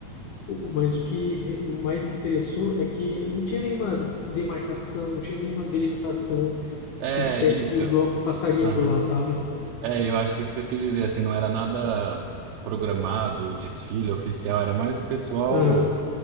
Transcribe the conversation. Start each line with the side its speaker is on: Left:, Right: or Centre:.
Left: o- o- mas o que eh, mais me interessou é que não tinha nenhuma demarcação, não tinha nenhuma delimitação
Right: É,
Left: que dissesse
Right: isso.
Left: que o bloco passaria
Right: Aham.
Left: por lá, sabe?
Right: É, eu acho que isso que eu quis dizer, assim, não era nada programado, o desfile oficial, era mais o pessoal.
Left: Uhum.